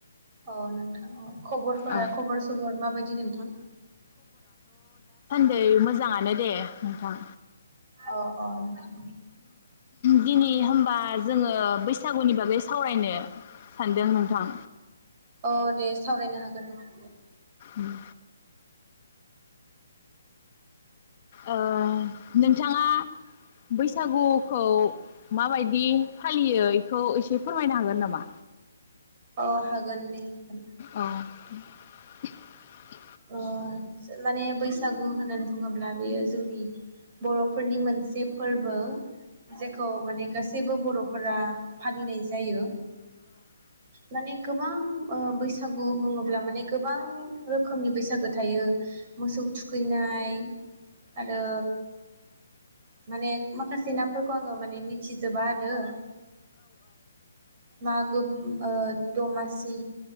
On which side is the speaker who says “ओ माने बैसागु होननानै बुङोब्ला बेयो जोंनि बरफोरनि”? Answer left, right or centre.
Right